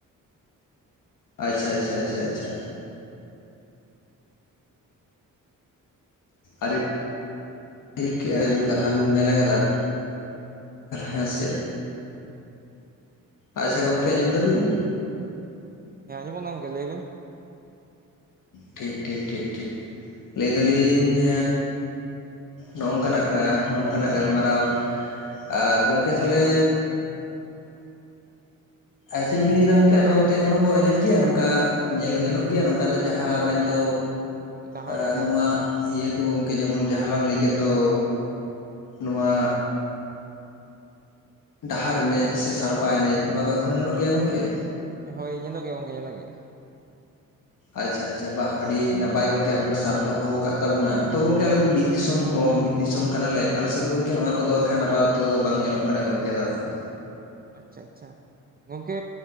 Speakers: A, on the left; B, on the right.
A: ᱟᱪᱪᱷᱟ ᱟᱪᱪᱷᱟ ᱟᱪᱪᱷᱟ ᱟᱪᱪᱷᱟ ᱟᱹᱰᱤ ᱴᱷᱤᱠ ᱟᱵᱤᱱ ᱠᱟᱛᱷᱟ ᱠᱟᱛᱷᱟᱵᱤᱱ ᱢᱮᱱ ᱟᱠᱟᱫᱟ ᱦᱮᱸᱥᱮᱫ, ᱟᱪᱪᱷᱟ
B: ᱦᱳᱭ ᱜᱚᱝᱠᱮ
A: ᱜᱚᱢᱠᱮ ᱟᱡᱚᱢ ᱫᱟᱵᱤᱱ
B: ᱦᱮᱸ ᱟᱡᱚᱢᱚᱜ ᱠᱟᱱᱟ ᱜᱚᱢᱠᱮ ᱞᱟᱹᱭᱵᱤᱱ
A: ᱴᱷᱤᱠ ᱴᱷᱤᱠ ᱴᱷᱤᱠ ᱴᱷᱤᱠ ᱞᱟᱹᱭᱫᱟᱞᱤᱧ ᱱᱚᱝᱠᱟᱱᱟᱜ ᱱᱚᱝᱠᱟᱱᱟᱜ ᱜᱟᱞᱢᱟᱨᱟᱣ ᱟᱨ ᱜᱚᱝᱠᱮ ᱛᱟᱦᱞᱮ ᱟᱪᱮᱫ ᱵᱤᱱ ᱞᱟᱹᱭ ᱠᱮᱫᱟ ᱜᱚᱝᱠᱮ ᱟᱯᱮ ᱚᱱᱛᱮ ᱮᱠᱷᱚᱱ ᱠᱚ ᱮᱱᱮᱡ ᱜᱮᱭᱟ ᱱᱚᱝᱠᱟ ᱧᱮᱞ ᱧᱮᱞᱚᱜ ᱜᱮᱭᱟ ᱱᱚᱝᱠᱟᱱᱟᱜ ᱡᱟᱦᱟᱸ ᱢᱮᱱᱫᱚ
B: ᱰᱟᱦᱟᱨ
A: ᱮ
B: ᱮᱱᱮᱡ
A: ᱱᱚᱣᱟ ᱤᱭᱟᱹ ᱠᱚ ᱜᱚᱢᱠᱮ ᱡᱮᱢᱚᱱ ᱡᱟᱦᱟᱸ ᱞᱟᱝ ᱞᱟᱹᱭ ᱠᱮᱫ ᱫᱚ ᱱᱚᱣᱟ ᱰᱟᱦᱟᱨ ᱮᱱᱮᱡ ᱥᱮ ᱥᱟᱲᱯᱟ ᱮᱱᱮᱡ ᱱᱚᱣᱟ ᱠᱚ ᱮᱠᱷᱚᱱ ᱦᱚᱸ ᱧᱮᱞᱚᱜ ᱜᱮᱭᱟ ᱜᱚᱝᱠᱮ
B: ᱦᱳᱭ ᱧᱮᱞᱚᱜ ᱜᱮ ᱜᱚᱝᱠᱮ ᱧᱮᱞᱚᱜ ᱜᱮᱭᱟ
A: ᱟᱪᱪᱷᱟ ᱟᱪᱪᱷᱟ ᱵᱟ ᱟᱹᱰᱤ ᱱᱟᱯᱟᱭ ᱜᱚᱝᱠᱮ ᱟᱯᱮᱯᱮ ᱥᱟᱵ ᱫᱚᱦᱚ ᱠᱟᱜ ᱛᱟᱵᱚᱱᱟ ᱛᱚ ᱜᱚᱝᱠᱮ ᱟᱞᱮ ᱫᱚ ᱵᱤᱨ ᱫᱤᱥᱚᱢ ᱦᱚᱸ ᱵᱤᱨ ᱫᱤᱥᱚᱢ ᱠᱟᱱᱟᱞᱮ ᱟᱞᱮᱥᱮᱫ ᱫᱚ ᱜᱚᱝᱠᱮ ᱱᱚᱣᱟ ᱠᱚᱫᱚ ᱠᱷᱟᱱ ᱟᱵᱟᱛᱚᱛᱚ ᱫᱚ ᱵᱟᱝ ᱧᱮᱞᱚᱜ ᱠᱟᱱᱟ ᱜᱚᱝᱠᱮ ᱛᱚᱛᱛᱚ
B: ᱟᱪᱪᱷᱟ ᱟᱪᱪᱷᱟ ᱜᱚᱝᱠᱮ